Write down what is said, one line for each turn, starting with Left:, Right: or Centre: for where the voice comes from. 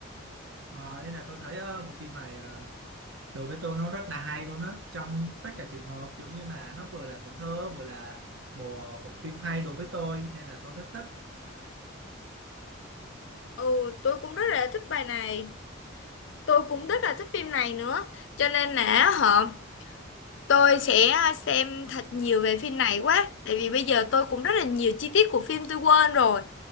Right: Ờ, nên là tôi thấy ờ, bộ phim này ờ, đối với tôi nó rất là hay luôn á trong tất cả trường hợp giống như là nó vừa là tuổi thơ vừa là một bộ phim hay đối với tôi nên là tôi rất thích
Left: ừ tôi cũng rất là thích bài này tôi cũng rất là thích phim này nữa cho nên là họ Tôi sẽ à, xem thật nhiều về phim này quá, tại vì bây giờ tôi cũng rất là nhiều chi tiết của phim tôi quên rồi.